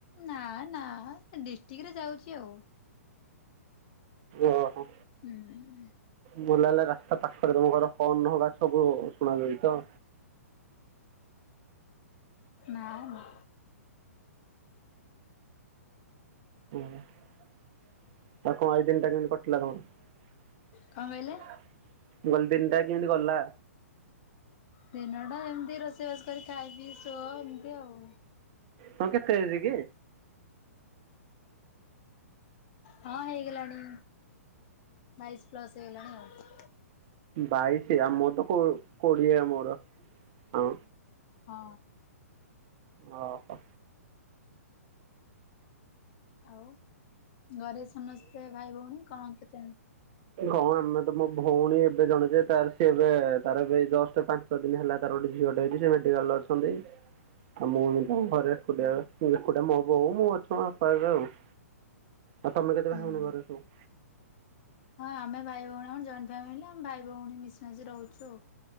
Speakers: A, on the left; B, on the right.
A: ନା ନା ସେ ଡିଷ୍ଟ୍ରିକ୍ ରେ ଯାଉଛି ଆଉ।
B: ଓହୋ।
A: ହୁଁ।
B: ମତେ ଲାଗିଲା ରାସ୍ତା ପାଖରେ ତମ ଘର କର୍ଣ ଘାଟକୁ ଶୁଣାଯାଉଚ।
A: ମ୍ୟାମ୍।
B: ହୁଁ। ଆଉ କଣ ଏଇ ଦିନଟା କେମିତି କଟିଲା ତମର?
A: କଣ କହିଲେ?
B: ମୁଁ କହିଲି ଦିନଟା କେମିତି ଗଲା?
A: ଦିନଟା ଏମିତି ରୋଷେଇବାସ କରି ଖାଇ ପିଇ ଶୁଅ ଏମିତି ଆଉ।
B: ତମକୁ କେତେ ଏଜ୍ ଗି?
A: ହଁ ହେଇଗଲାଣି ବାଇଶି ପ୍ଲସ୍ ହେଇଗଲାଣି ଆଉ।
B: ବାଇଶି ଆ ମୋର ତ କୋ-କୋଡିଏ ମୋର ହଁ।
A: ହଁ।
B: ଅହ।
A: ଆଉ ଘରେ ସମସ୍ତେ ଭାଇ ଭଉଣୀ କଣ କେତେ?
B: ହଁ ଆମେ ତ ମୋ ଭଉଣୀ ଏବେ ଜଣେ ଯେ ତାର ସିଏ ଏବେ ତାର ଏବେ ଏଇ ଜଷ୍ଟ ପା ଞ୍ଚ ଦିନି ହେଲା ତାର ଗୋଟେ ଝିଅଟେ ହେଇଚି ସେ ମେଡିକାଲରେ ଅଛନ୍ତି।
A: ହା
B: ଆଉ ମୁଁ ଏମିତି ଆମ ଘରେ ଏକୁଟିଆ ଏକୁଟିଆ ମ ବଉ ମୁଁ ଅଛୁ ଘରେ ଆଉ। ଆଉ ତମେ କେତେ
A: ହୁଁ।
B: ଭାଇ ଭଉଣୀ ଘରେ ସବୁ।
A: ହଁ ଆମେ ଭାଇ ଭଉଣୀ ଆମର ଜଏଣ୍ଟ ଫ୍ୟାମିଲି ଆମେ ଭାଇ ଭଉଣୀ ମିଶି ମାଶି ରହୁଚୁ ଆଉ।